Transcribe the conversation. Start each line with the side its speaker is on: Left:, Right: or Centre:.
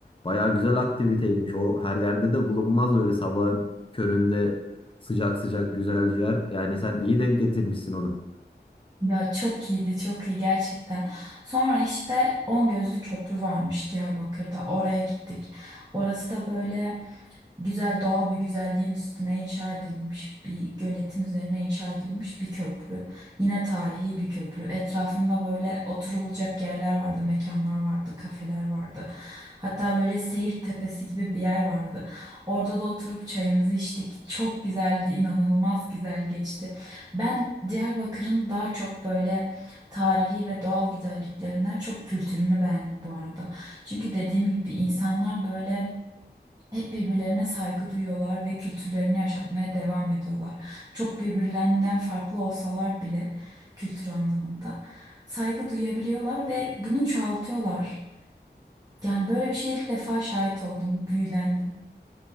Left: Baya güzel aktiviteymiş. O her yerde de bulunmaz öyle sabahın köründe sıcak sıcak güzel ciğer. Yani sen iyi denk getirmişsin onu.
Right: Ya çok iyiydi, çok iyi gerçekten. Sonra işte On Gözlü Köprü varmış Diyarbakır'da. Oraya gittik. Orası da böyle güzel doğal bir güzelliğin üstüne inşa edilmiş bir göletin üzerine inşa edilmiş bir köprü. Yine tarihi bir köprü. Etrafında böyle oturulacak yerler vardı, mekanlar vardı, kafeler vardı. Hatta böyle seyir tepesi gibi bir yer vardı. Orada da oturup çayımızı içtik. Çok güzeldi, inanılmaz güzel geçti. Ben Diyarbakır'ın daha çok böyle tarihi ve doğal güzelliklerinden çok kültürünü beğendim bu arada. Çünkü dediğim gibi insanlar böyle hep birbirlerine saygı duyuyorlar ve kültürlerini yaşatmaya devam ediyorlar. Çok birbirlerinden farklı olsalar bile kültür anlamında saygı duyabiliyorlar ve bunu çoğaltıyorlar. Yani böyle bir şeye ilk defa şahit oldum, büyülendim.